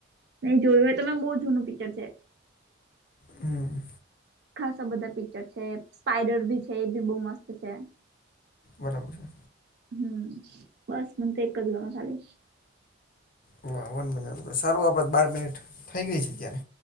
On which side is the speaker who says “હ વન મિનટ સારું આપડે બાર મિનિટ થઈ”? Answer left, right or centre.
Left